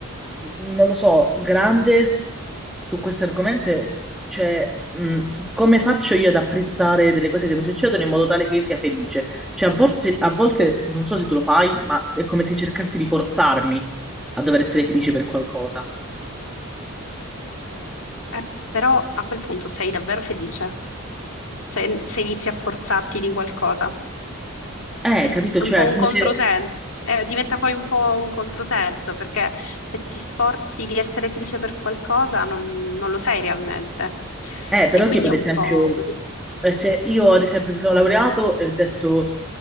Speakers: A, in the centre; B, on the left.
A: non lo so, grande su questo argomento è, cioè, mh, come faccio io ad apprezzare delle cose che mi succedono in modo tale che io sia felice? Cioè, a volte, a volte, non so se tu lo fai, ma è come se cercassi di forzarmi a dover essere felice per qualcosa.
B: Eh, però a quel punto sei davvero felice se, se inizi a forzarti di qualcosa.
A: Eh, capito?
B: È
A: Cioè,
B: un po' un
A: è come
B: controsenso,
A: se...
B: eh, diventa poi un po' un controsenso perché se ti sforzi di essere felice per qualcosa non, non lo sei realmente.
A: Eh, però
B: E quindi
A: tipo ad
B: è un
A: esempio,
B: po' così.
A: eh, se io ad esempio mi sono laureato e ho detto